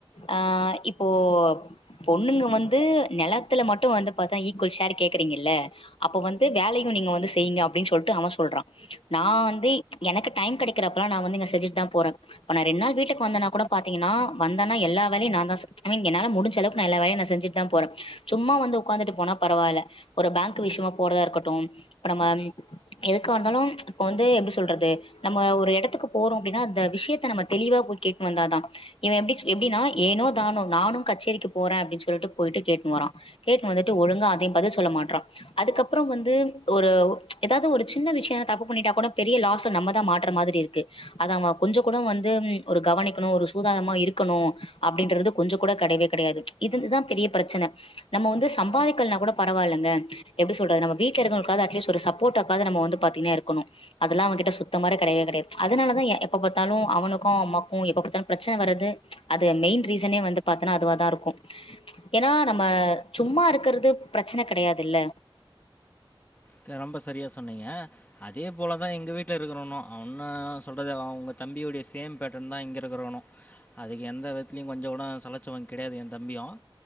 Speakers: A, on the left; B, on the left.
A: அஆஹ் இப்போ பொண்ணுங்க வந்து நெலத்துல மட்டும் வந்து பாத்தா ஈக்குவல் ஷேர் கேக்கறீங்க இல்ல அப்ப வந்து வேலையும் நீங்க வந்து செய்யுங்க அப்டின் சொல்ட்டு அவன் சொல்றான் நான் வந்து எனக்கு டைம் கெடைக்கிறப்பல்லாம் நான் வந்து இங்க செஞ்சுட்டு தான் போறன் இப்ப நான் ரெண்டு நாள் வீட்டுக்கு வந்தன்னா கூட பாத்தீங்கன்னா வந்தன்னா எல்லா வேலையும் நான் தான் ஐ மீன் என்னால முடிஞ்ச அளவுக்கு நான் எல்லா வேலையும் நான் செஞ்சுட்டு தான் போறேன் சும்மா வந்து உக்காந்துட்டு போனா பரவாயில்ல ஒரு பேங்க் விஷிமா போறதா இருக்கட்டும் இப்ப நம்ம எதுக்கா இருந்தாலும் இப்ப வந்து எப்டி சொல்றது நம்ம ஒரு எடத்துக்கு போறோம் அப்டின்னா அந்த விஷியத்த நம்ம தெளிவா போய் கேட்னு வந்தா தான் இவன் எப்டி எப்டின்னா ஏனோ தானோ நானும் கச்சேரிக்கு போறன் அப்டின்னு சொல்ட்டு போயிட்டு கேட்டுனு வரான் கேட்டுனு வந்துட்டு ஒழுங்கா அதையும் பதில் சொல்ல மாற்றான் அதுக்கப்புறம் வந்து ஒரு எதாவது ஒரு சின்ன விஷியம் தப்பு பண்ணிட்டா கூட பெரிய லாஸ்ஸு நம்மதான் மாற்ற மாதிரி இருக்கு அத அவன் கொஞ்சம் கூட வந்து ஒரு கவனிக்கணும் ஒரு சூதானமா இருக்கணும் அப்டின்றது கொஞ்சம் கூட கெடையவே கெடையாது இது இதுதான் பெரிய பிரச்சன நம்ம வந்து சம்பாதிக்கல்னா கூட பரவாயில்லங்க எப்டி சொல்றது நம்ம வீட்டுல இருங்களுக்காவது அட்லீஸ்ட் ஒரு சப்போட்டாக்காவது நம்ம வந்து பாத்துகின்னே இருக்கணும் அதெல்லாம் அவன்கிட்ட சுத்தமாரே கெடையவே கெடையாது அதனாலதான் எ எப்ப பாத்தாலும் அவனுக்கும் அம்மாக்கும் எப்ப பாத்தாலும் பிரச்சன வரது அது மெயின் ரீசனே வந்து பாத்தன்னா அதுவா தான் இருக்கும் ஏன்னா நம்ம சும்மா இருக்கிறது பிரச்சன கெடையாது இல்ல
B: க ரொம்ப சரியா சொன்னீங்க. அதே போல தான் எங்க வீட்டுல இருக்கிறவனும் அவன் இன்னா சொல்றது அவன் உங்க தம்பியுடைய சேம் பேட்டன் தான் இங்க இருக்கிறவணும் அதுக்கு எந்த விதத்துலயும் கொஞ்சம் கூட சளச்சவன் கெடையாது என் தம்பியும்